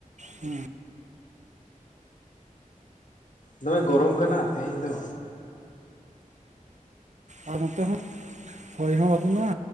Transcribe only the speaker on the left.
ᱫᱚᱢᱮ ᱜᱚᱨᱚᱢ ᱠᱟᱱᱟ ᱛᱮᱦᱮᱧ ᱫᱚ